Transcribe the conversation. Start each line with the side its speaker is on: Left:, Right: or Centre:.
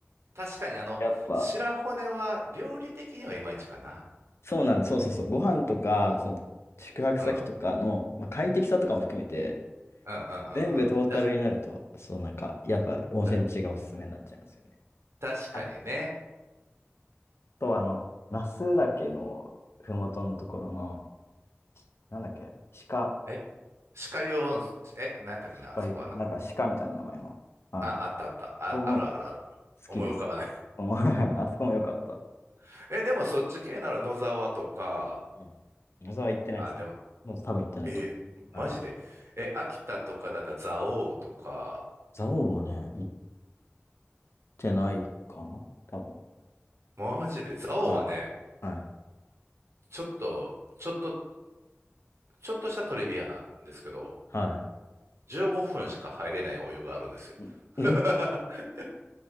Right: 確かにあの、
Left: やっぱ、
Right: 白骨は料理的にはいまいちかな。
Left: そうなんです。そうそうそう。ご飯とか、その、宿泊先とかの、
Right: うん、うん、
Left: まあ、快適さとかも含めて、
Right: うん、うん、うん。
Left: 全部トータルになると、
Right: だ
Left: そうなんか、やっぱ温泉地がおすすめになっちゃいますよね。
Right: た確かにね。
Left: あと、あの、那須岳のふもとのところの、なんだっけ、鹿、
Right: え、歯科湯温泉、え、何だったっけな、
Left: 鹿いうかな、
Right: あそこはな。
Left: なんか鹿みたいな名前の、ああ、
Right: あ、あったあった。
Left: こ
Right: あ、
Left: こも
Right: あるあるある。
Left: 好きです。
Right: 思い浮かばない。
Left: もう <laughs> あそこも良かった。
Right: <laughs> え、でもそっち系なら野沢とか、
Left: うん。野沢行ってないですね。
Right: あ、でも、
Left: もう多分行ってないと思う。
Right: えーマジで。
Left: はい。
Right: え、秋田とかだったら蔵王とか、
Left: 蔵王もね、行ってないかな多分。
Right: マジで。蔵王はね、
Left: はい。はい。
Right: ちょっと、ちょっと、ちょっとしたトリビアなんですけど、
Left: は
Right: 15分しか入れないお湯があるんですよ。
Left: い。んえ
Right: <laughs>